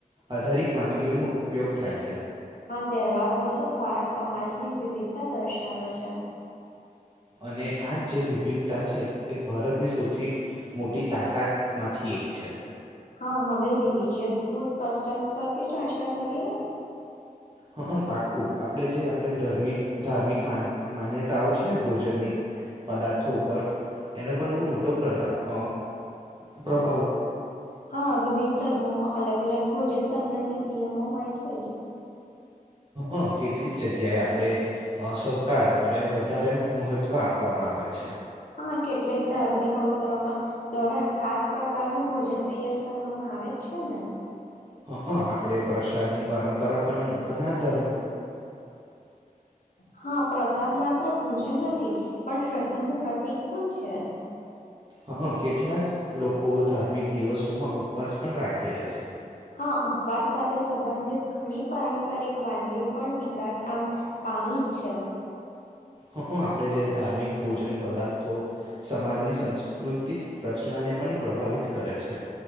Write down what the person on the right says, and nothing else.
આધારિત વાનગી ીનો ઉપયોગ થાય છે
અને આ જ જે વિવિધતા છે એ ભારતની સૌથી મોટી તાકાતમાંથી એક છે.
હા પાક્કું આપણે જે આપણે ધાર્મિક ધાર્મિક માન્યતા છે ભોજનની પદાર્થો ઉપર એનો પણ બહુ મોટો પ્રાન
અ કેટલીક જગ્યાએ આપણે સહકાર અને વધારે મહત્ત્વ આપવામાં આવે છે.
હ હ આપણે પ્રસાદની પરંપરા પણ ઘણા ધર્મ
હા કેટલા લોકો ધાર્મિક દિવસોમાં ઉપવાસ પણ રાખી રહે છે
હા આપડે જે ધાર્મિક ભોજન પદાર્થો સમાજ ની સાંસ્કૃતિક રચનાને પણ પ્રભાવિત કરે છે.